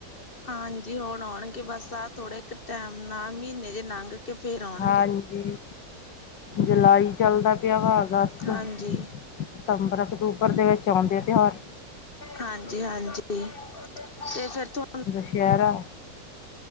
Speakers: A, on the left; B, on the left.
A: ਹਾਂਜੀ ਹੁਣ ਆਉਣਗੇ ਬਸ ਆਹ ਥੋੜੇ ਇੱਕ ਟੈਮ ਨਾਲ ਮਹੀਨੇ ਜੇ ਲੰਘ ਕੇ ਫੇਰ ਆਉਣਗੇ
B: ਹਾਂਜੀ! ਜੁਲਾਈ ਚੱਲਦਾ ਪਿਆ ਵਾ ਅਗਸਤ
A: ਹਾਂਜੀ
B: ਸਤੰਬਰ, ਅਕਤੂਬਰ ਦੇ ਵਿੱਚ ਆਉਂਦੇ ਤਿਉਹਾਰ
A: ਹਾਂਜੀ-ਹਾਂਜੀ, ਤੇ ਫਿਰ ਥੋ
B: ਦੁਸਹਿਰਾ,